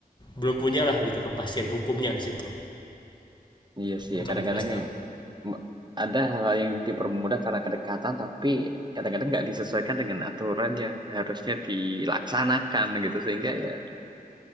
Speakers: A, on the left (about 30°); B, on the right (about 30°).
A: belum punya lah gitu kepastian hukumnya di situ
B: iya sih
A: untuk
B: ya kadang-kadang
A: investor.
B: yang me ada hal-hal yang dipermudah karena kedekatan, tapi kadang-kadang nggak disesuaikan dengan aturan yang harusnya dilaksanakan gitu sehingga ya